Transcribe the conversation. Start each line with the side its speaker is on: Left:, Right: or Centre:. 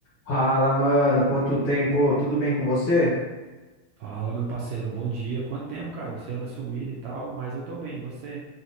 Left: Fala, mano, quanto tempo? Tudo bem com você?
Right: Fala, meu parceiro, bom dia. Quanto tempo, cara? Você anda sumido e tal, mas eu tô bem, e você?